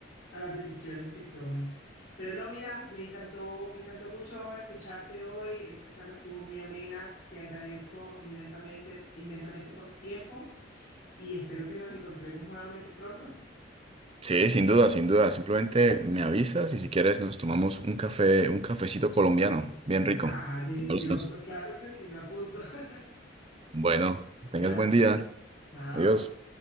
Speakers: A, on the left; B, on the right.
A: a las decisiones que tome. Pero no, mira, me encantó, me encantó mucho escucharte hoy. Esta charla estuvo muy amena. Te agradezco inmensamente, inmensamente por tu tiempo y espero que nos encontremos nuevamente pronto.
B: Sí, sin duda, sin duda. Simplemente me avisas y si quieres nos tomamos un café, un cafecito colombiano, bien rico.
A: Ah, delicioso,
B: Hablamos.
A: claro que sí, me apunto. <laughs>
B: Bueno,
A: Gracias.
B: tengas buen día.
A: Chao.
B: Adiós.